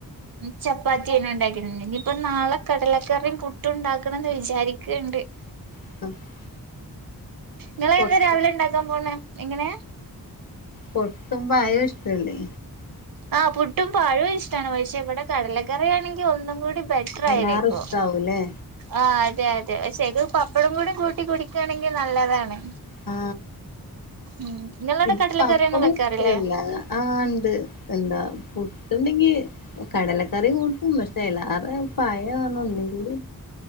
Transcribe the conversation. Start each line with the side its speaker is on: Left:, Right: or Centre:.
Right: ചപ്പാത്തി തന്നെ ഉണ്ടാക്കിട്ടുണ്ട് ഇനിയിപ്പ നാളെ കടലക്കറിയും പുട്ടും ഉണ്ടാക്കണമെന്ന് വിചാരിക്കണ്ട്. <inaudible>
Left: <inaudible>
Right: നിങ്ങളെ
Left: പുട്ടും
Right: എന്താ രാവിലെ ഉണ്ടാക്കാൻ പോവുന്നേ എങ്ങനെയാ.
Left: പുട്ടും പഴവും ഇഷ്‌ടമല്ലേ
Right: ആ പുട്ടും പഴവും ഇഷ്ടമാണ്. പക്ഷെ ഇവിടെ കടലക്കറി ആണെങ്കിൽ ഒന്നും കൂടെ <inaudible> ബട്ടറയിരികും.
Left: അയിലാറെ ഇഷ്ടാവൂല്ലേ
Right: ആ അതെ അതെ പക്ഷെ ഇത് പപ്പടം കൂടി കൂട്ടി കൊടുക്കുകയാണെങ്കിൽ നല്ലതാണ്.
Left: ആ
Right: ഉം നിങ്ങളവിടെ
Left: ഇപ്പ
Right: കടലക്കറിയൊന്നും
Left: പപ്പടം
Right: വെക്കാറില്ലേ
Left: ഇഷ്ടമല്ല. ആ ഉണ്ട് എന്താ പുട്ടണ്ടെങ്കിൽ. കടലക്കറി കൂട്ടും പക്ഷെ അല്ലാതെ പഴം ആണ് ഉണ്ടെങ്കിൽ.